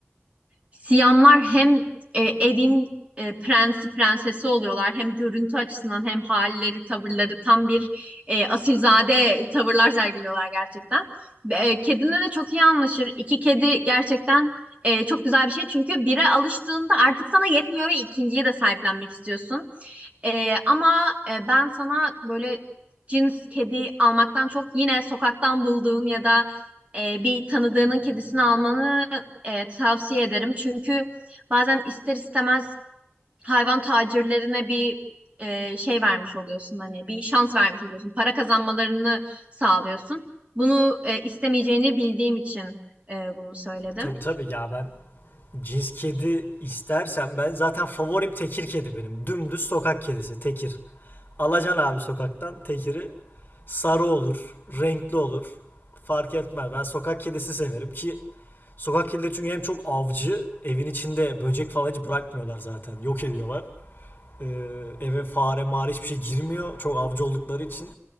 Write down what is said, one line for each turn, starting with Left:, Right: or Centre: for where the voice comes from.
Right: Siyamlar hem e, evin e, prensi prensesi oluyorlar hem görüntü açısından hem halleri tavırları tam bir e, asilzade tavırlar sergiliyorlar gerçekten. E, kedinle de çok iyi anlaşır. İki kedi gerçekten e, çok güzel bir şey çünkü bire alıştığında artık sana yetmiyor ve ikinciyi de sahiplenmek istiyorsun. E, ama e, ben sana böyle cins kedi almaktan çok yine sokaktan bulduğun ya da e, bir tanıdığının kedisini almanı e, tavsiye ederim. Çünkü bazen ister istemez hayvan tacirlerine bir e, şey vermiş oluyorsun hani bir şans vermiş oluyorsun. Para kazanmalarını sağlıyorsun. Bunu e, istemeyeceğini bildiğim için e, bunu söyledim.
Left: Tabii tabii ya ben cins kedi istersem ben zaten favorim tekir kedi benim. Dümdüz sokak kedisi tekir. Alacan abi sokaktan tekiri sarı olur, renkli olur. Fark etmez. Ben sokak kedisi severim ki sokak kedileri çünkü hem çok avcı, evin içinde böcek falan hiç bırakmıyorlar zaten. Yok ediyorlar. Ee, eve fare mağara hiçbir şey girmiyor. Çok avcı oldukları için.